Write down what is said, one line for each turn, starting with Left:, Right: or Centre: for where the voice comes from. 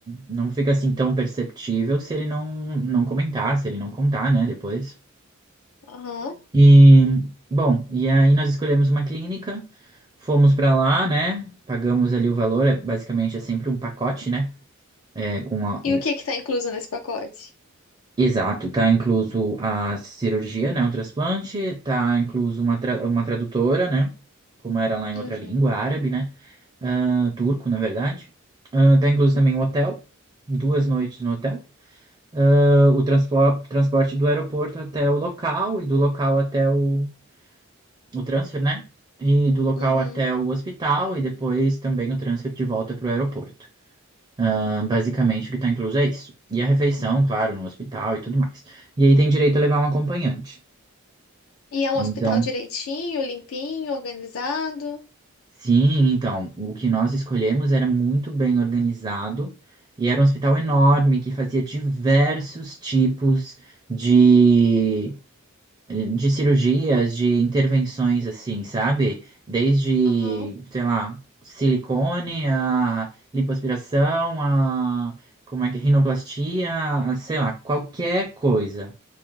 Right: Não fica assim tão perceptível se ele não, não comentar, se ele não contar, né? Depois.
Left: Aham.
Right: E, bom, e aí nós escolhemos uma clínica, fomos pra lá, né? Pagamos ali o valor, é basicamente é sempre um pacote, né? É, com a,
Left: E o que que tá incluso nesse pacote?
Right: Exato, tá incluso a cirurgia, né, o transplante, tá incluso uma, tra- uma tradutora, né, como era lá em
Left: Uhum.
Right: outra língua, árabe, né, ah, turco, na verdade. Ah, tá incluso também o hotel, duas noites no hotel, Ah, o transplo- transporte do aeroporto até o local e do local até o, o transfer, né, e do local
Left: Uhum.
Right: até o hospital e depois também o transfer de volta para o aeroporto. Ah, basicamente, o que está incluso é isso. E a refeição, claro, no hospital e tudo mais. E aí tem direito a levar um acompanhante.
Left: E é um
Right: Então,
Left: hospital direitinho, limpinho, organizado?
Right: sim, então, o que nós escolhemos era muito bem organizado e era um hospital enorme que fazia diversos tipos de de cirurgias, de intervenções assim, sabe? Desde,
Left: Aham.
Right: sei lá, silicone, a lipoaspiração, a como é que é, rinoplastia, a, sei lá, qualquer coisa.